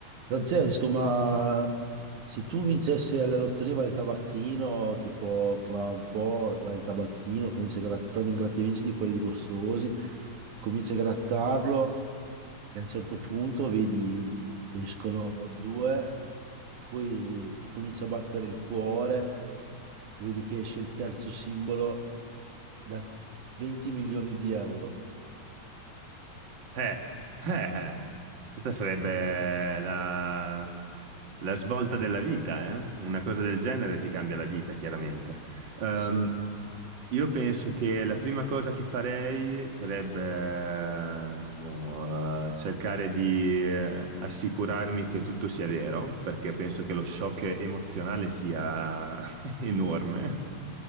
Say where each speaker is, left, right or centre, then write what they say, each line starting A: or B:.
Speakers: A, on the right; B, on the right.
A: Francesco, ma se tu vincessi alla lotteria vai al tabacchino, tipo fra un po' vai al tabacchino, cominci a gratt- prendi un grattevinci di quelli costosi, cominci a grattarlo e a un certo punto vedi escono due, poi ti comincia a battere il cuore, vedi che esce il terzo simbolo da 20 milioni di euro.
B: Eh, eh, eh. Questa sarebbe la, la svolta della vita, eh? Una cosa del genere ti cambia la vita, chiaramente. Ehm,
A: Sì.
B: io penso che la prima cosa che farei sarebbe, eh, boh, eh, cercare di eh, assicurarmi che tutto sia vero, perché penso che lo shock emozionale sia <laughs> enorme.